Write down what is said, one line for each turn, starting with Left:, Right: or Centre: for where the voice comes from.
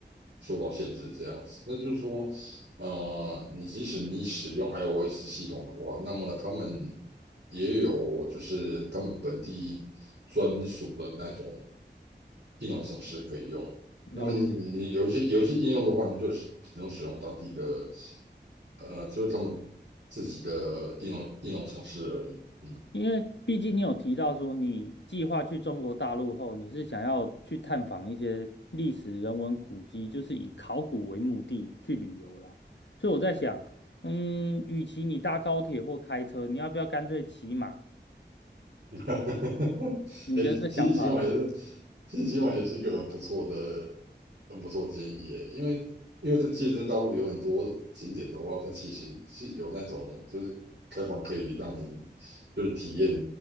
Right: 受到限制这样子。那就是说，呃，你即使你使用 iOS 系统的话，那么他们也有就是他们本地专属的那种。应用程式可以用。
Left: 了解。
Right: 那么你你有一些有一些应用的话，你就只能使用当地的，呃，就是他们自己的应用应用程式而已。嗯，
Left: 因为毕竟你有提到说，你计划去中国大陆后，你是想要去探访一些历史人文古迹，就是以考古为目的去旅游啦。所以我在想，嗯，与其你搭高铁或开车，你要不要干脆骑马？
Right: <laughs>
Left: 你觉得这想法呢？
Right: 哎，其实起码也是，其实起码也是一个很不错的、很不错的建议耶。因为因为这其实，在大陆有很多景点的话，它其实是有那种就是开放可以让你就是体验